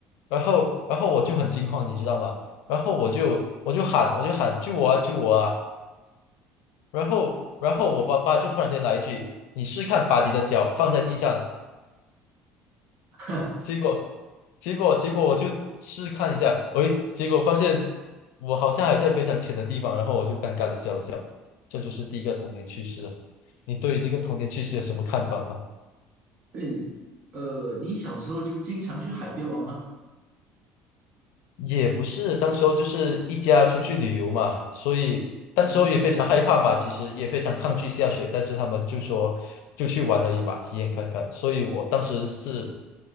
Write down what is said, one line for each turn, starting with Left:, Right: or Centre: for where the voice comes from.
Left: 然后然后我就很惊慌，你知道吗？然后我就我就喊我就喊救我啊救我啊！然后，然后我爸爸就突然间来一句：“你试看把你的脚放在地上。”
Right: 哼，
Left: 结果，结果，结果我就试看一下，喂，结果发现我好像还在非常浅的地方，然后我就尴尬的笑了笑。这就是第一个童年趣事了。你对于这个童年趣事有什么看法吗？
Right: <laughs> 对，呃，你小时候就经常去海边玩吗？
Left: 也不是，当时候就是一家出去旅游嘛，所以当时候也非常害怕嘛，
Right: 哦，
Left: 其实也非常抗拒下水，但是他们就说就去玩而已嘛，体验看看。所以我当时是，